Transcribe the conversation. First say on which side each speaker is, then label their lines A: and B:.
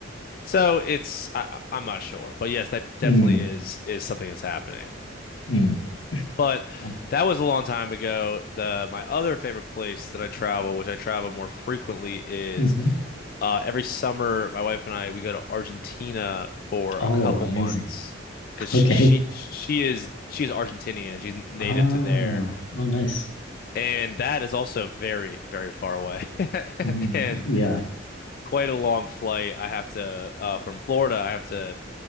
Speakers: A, on the left; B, on the left.
A: so it's I, I- I'm not sure, but yes, that definitely
B: Mm,
A: is is something that's happening.
B: mm.
A: But
B: um,
A: that was a long time ago. The my other favorite place that I travel, which I travel more frequently, is
B: mhm.
A: uh, every summer. My wife and I we go to Argentina for
B: Oh,
A: a couple
B: amazing.
A: months
B: <laughs>
A: because she
B: Okay.
A: she is she is Argentinian. She's native
B: Ah,
A: to there,
B: oh, nice.
A: and that is also very very far away <laughs>
B: Mm,
A: and
B: yeah.
A: quite a long flight. I have to uh, from Florida. I have to